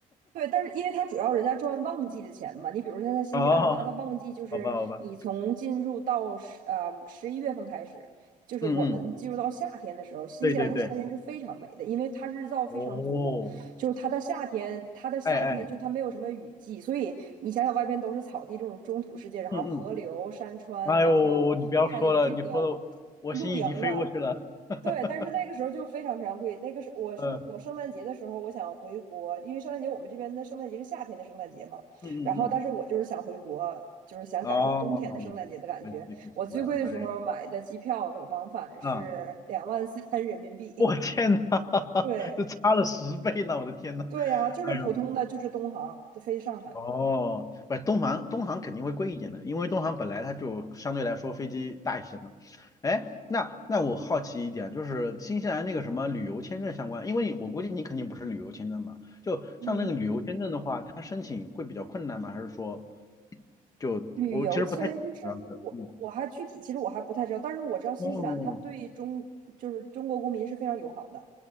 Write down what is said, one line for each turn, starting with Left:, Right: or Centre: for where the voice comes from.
Right: 对，但是因为它主要人家赚旺季的钱嘛，你比如说像新西兰，
Left: <laughs> 哦，
Right: 它的旺季就是你从进入到十呃十一月份开始，
Left: 好吧，好吧，
Right: 就是我们进入到夏天的时候，
Left: 嗯嗯，
Right: 新西兰的夏天是非常美的，
Left: 对对对，
Right: 因为它日照非常足，
Left: 哦，
Right: 就是它的夏天，它的夏天就它没有什么雨季，
Left: 哎哎，
Right: 所以你想想外边都是草地这种中土世界，然后河流、
Left: 嗯嗯，
Right: 山川，
Left: 哎呦，
Right: 然后还有这个
Left: 你不要说了，你说的我心已经飞过去了，
Right: 露营啊，
Left: <laughs> 哈
Right: 对，但是那个时候就非常非常贵。那个是我是我圣诞节的时候，
Left: 哈，
Right: 我想回国，因为圣诞节我们这边的圣诞节是夏天的圣诞节嘛。
Left: 嗯嗯嗯
Right: 然后，但是我就是想回国，就是想感受冬天的圣诞节的感觉。
Left: 嗯，哦，可惜可惜了，
Right: 我最贵的时候买的机票往返是两万三人民币。
Left: 哎呀，啊，
Right: <laughs>
Left: 我天呐，<laughs>
Right: 对
Left: 这差了十倍呢，我的天呐，
Right: 对呀、就是普通的，
Left: 哎呀。
Right: 就是东航飞上海。
Left: 哦，不是东航，东航肯定会贵一点的，因为东航本来它就相对来说飞机大一些嘛。哎，那那我好奇一点，就是新西兰那个什么旅游签证相关，因为我估计你肯定不是旅游签证嘛，就像那个旅游签证的话，
Right: 嗯嗯。
Left: 它申请会比较困难吗？还是说就我其实不太知道这个嗯，
Right: 旅游签证，我我还具体其实我还不太知道，但是我知道新西兰它对中就是中国公民是非常友好的，
Left: 哦，